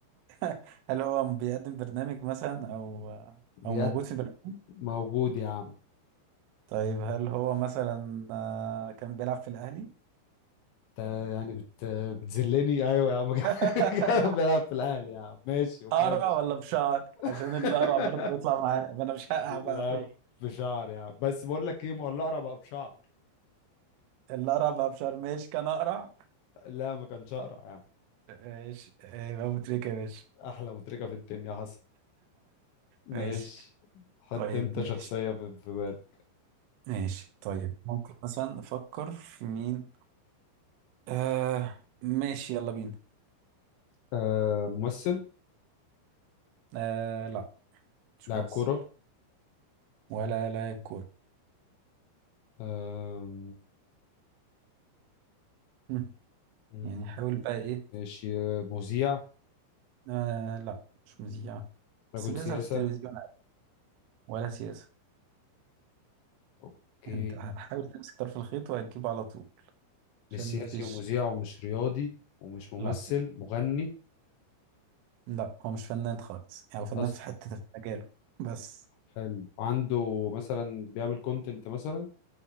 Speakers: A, on the right; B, on the left.
A: <laughs> هل هو بيقدم برنامج مثلا أو
B: بجد
A: أو موجود في برنامج؟
B: موجود يا عم
A: طيب هل هو مثلا آه، كان بيلعب في الأهلي؟
B: انت يعني بت... بتذلني ايوه يا عم <laughs>
A: <laughs>
B: كان بيلعب في الاهلي يا عم ماشي وماله
A: قرع ولا بشعر؟ عشان
B: <laughs>
A: الأقرع برضه بيطلع معاه ما أنا مش هقع
B: لا
A: بقى في ال-
B: بشعر يا عم بس بقول لك ايه ما هو الاقرع بقى بشعر
A: الأقرع بقى بشعر ماشي كان أقرع
B: لا ما كانش اقرع يا عم
A: ماشي إيه، يبقى أبو تريكة يا باشا
B: احلى متركه في الدنيا حصل ماشي
A: ماشي
B: حط
A: طيب
B: انت
A: ماشي
B: شخصيه في في بالك
A: ماشي طيب ممكن مثلا نفكر في مين؟ آه ماشي يلا بينا
B: آه ممثل
A: آه لا مش
B: لاعب
A: ممثل
B: كورة
A: ولا لاعب كورة
B: آم،
A: مم.
B: مم،
A: يعني حاول بقى ايه
B: ماشي آه، مذيع
A: آه لا مش مذيع
B: رجل
A: بس بيظهر
B: سياسة
A: في التلفزيون عادي، ولا سياسة
B: اوكي
A: يعني انت حاول تمسك طرف الخيط وهتجيبه على طول
B: مش
A: عشان
B: سياسي
A: مفيش
B: ومذيع ومش رياضي ومش ممثل
A: لا
B: مغني
A: لا هو مش فنان خالص يعني هو فنان
B: اصلا
A: في حتة في مجاله بس
B: حلو عنده مثلا بيعمل كونتنت مثلا